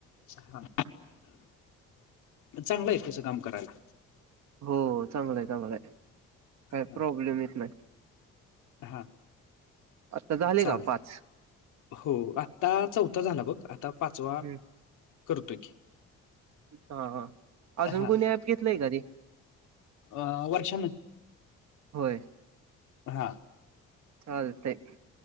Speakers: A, on the left; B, on the right.
A: हां. चांगलं आहे तसं काम करायला.
B: हो चांगलंय चांगलंय. काय
A: हां,
B: प्रॉब्लेम येत नाही
A: हां,
B: आता झाले
A: चालेल.
B: का पाच.
A: हो आत्ता चौथा झाला बघ आता पाचवा
B: हम्म
A: करतोय की
B: हा हा अजून
A: हा
B: कोणी ऍप घेतलंय का रे
A: अ वर्षन
B: होय
A: हां.
B: चालतंय की.